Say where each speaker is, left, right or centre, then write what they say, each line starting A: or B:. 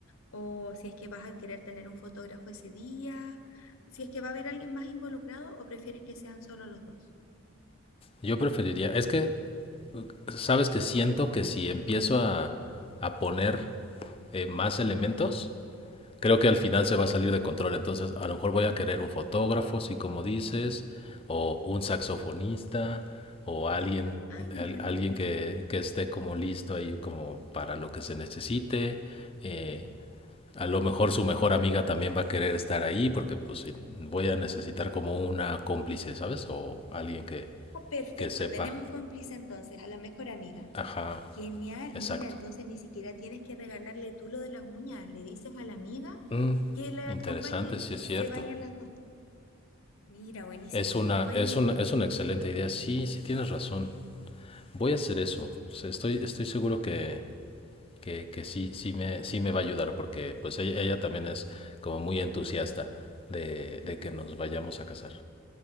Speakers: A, on the left (about 80°); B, on the left (about 25°).
A: o si es que vas a querer tener un fotógrafo ese día, si es que va a haber alguien más involucrado o prefieres que sean solo los dos.
B: Yo preferiría, es que, sabes que siento que si empiezo a, a poner eh, más elementos, Creo que al final se va a salir de control, entonces a lo mejor voy a querer un fotógrafo, sí, como dices, o un saxofonista, o alguien,
A: Ay, me
B: al-
A: encanta.
B: alguien que, que esté como listo ahí como para lo que se necesite. Eh, a lo mejor su mejor amiga también va a querer estar ahí porque pues sí, voy a necesitar como una cómplice, ¿sabes? O alguien que,
A: Ah, Perfecto,
B: que sepa.
A: tenemos cómplice entonces, a la mejor amiga.
B: Ajá,
A: Genial,
B: exacto.
A: mira, entonces ni siquiera tienes que regalarle tú lo de las uñas, le dices a la amiga
B: Mm,
A: que la
B: interesante,
A: acompañe,
B: sí
A: que
B: es cierto.
A: se vayan las dos. Mira, buenísimo,
B: Es una,
A: buen,
B: es una, es una excelente idea. Sí, sí tienes razón. Voy a hacer eso. O sea, estoy, estoy seguro que, que, que sí, sí me, sí me va a ayudar porque pues ella, ella también es como muy entusiasta de,
A: ujú,
B: de que nos vayamos a casar.